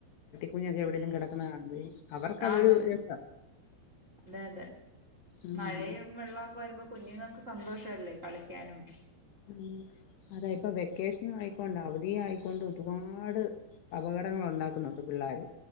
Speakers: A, on the left; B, on the right.
A: കുഞ്ഞൊക്കെ എവിടെങ്കിലും കടക്കുന്ന കാണുമ്പോ അവർക്കതൊരു
B: ആ അതെ
A: രസം
B: അതെ അതെ
A: ഉം
B: മഴയും വെള്ളമൊക്കെ വരുമ്പോ കുഞ്ഞുങ്ങൾക്ക് സന്തോഷല്ലേ കളിക്കാനും
A: ഉ അതാ ഇപ്പൊ വെക്കേഷൻ ആയിക്കൊണ്ട് അവധി ആയിക്കൊണ്ട് ഒരുപാട് അപകടങ്ങൾ ഉണ്ടാക്കുന്നുണ്ട് പിള്ളോര്